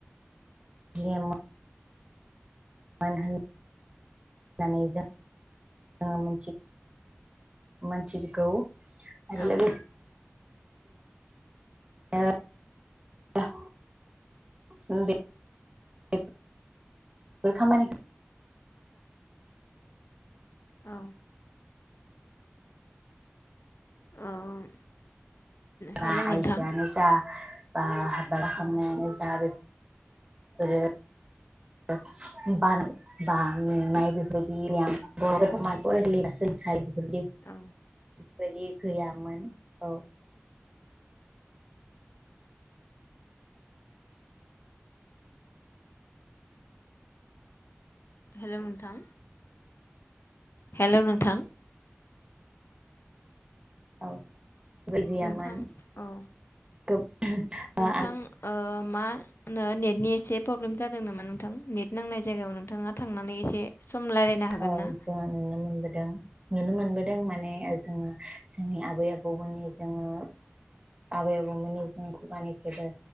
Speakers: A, on the right; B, on the left.
A: <unintelligible> मानो होन। नानै जों <unintelligible> मिथिगौ मानसिखौ। आरो
B: औ
A: लोगोसे। <unintelligible> बे खामानिखौ।
B: औ औ
A: बा
B: हेलौ
A: आइजोआनो
B: नोंथां
A: जा बा आबाद होनायानो
B: औ
A: जा बे। <unintelligible> बा मेंनाय बेरबादि <unintelligible> <unintelligible>
B: औ
A: बेफोरबायदि गैयामोन औ।
B: हेल' नोंथां हेल' नोंथां।
A: औै बेबादि गैयामोन
B: नोंथां औ
A: <unintelligible>
B: नोंथां
A: आ।
B: ओ मा होनो नेटनि एसे प्रब्लेम जादों नामा नोंथां नेट नांनाय जायगायाव नोंथाङा थांनानै एसे। सम रायलायनो हागोन
A: औ
B: ना?
A: जोंओ नुनो मोनबोदों। नुनो मोनबोदों माने जोङो जोंनि आबै आबौमोननि जोंङो आबै आबौमोननि जों खुगानिफ्राय दा